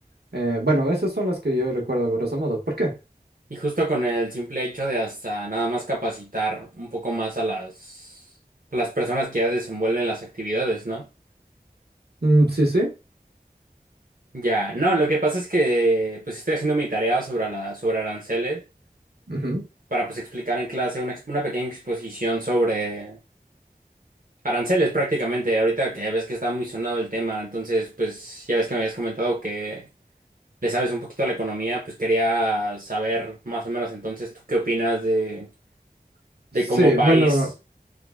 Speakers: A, on the right; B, on the right.
A: Eh, bueno, esas son las que yo recuerdo a grosso modo. ¿Por qué?
B: Y justo con el simple hecho de hasta nada más capacitar un poco más a las, a las personas que ya desenvuelven las actividades, ¿no?
A: Mm, sí, sí.
B: Ya, no, lo que pasa es que pues estoy haciendo mi tarea sobre, la, sobre aranceles
A: ujú.
B: para pues explicar en clase una, ex- una pequeña exposición sobre aranceles prácticamente, ahorita que ya ves que está muy sonado el tema, entonces pues ya ves que me habías comentado que le sabes un poquito a la economía, pues quería saber más o menos entonces tú qué opinas de, de
A: Sí,
B: como país
A: bueno,